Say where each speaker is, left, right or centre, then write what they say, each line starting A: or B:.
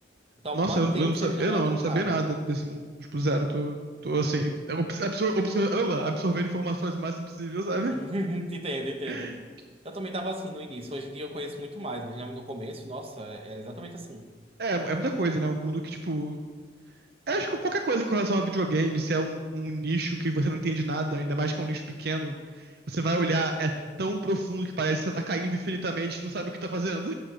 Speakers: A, on the right; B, on the right.
A: Então,
B: Nossa,
A: manter
B: eu não, eu
A: um
B: não
A: servidor
B: sabia, eu
A: não
B: não,
A: é tão
B: eu não sabia
A: caro.
B: nada desse mundo. Tipo, zero, tô, tô assim, absor, absor, absor- olha lá, absorvendo informações o máximo possível, sabe?
A: <laughs> Entendo, entendo.
B: <laughs>
A: Eu também tava assim no início. Hoje em dia eu conheço muito mais, mas no começo, nossa, era exatamente assim.
B: É, é muita coisa, né? Um mundo que, tipo, Eu Acho que qualquer coisa com relação a videogame, se é um, um nicho que você não entende nada, ainda mais que é um nicho pequeno, você vai
A: Uhum.
B: olhar, é tão profundo que parece que você tá caindo infinitamente e não sabe o que tá fazendo.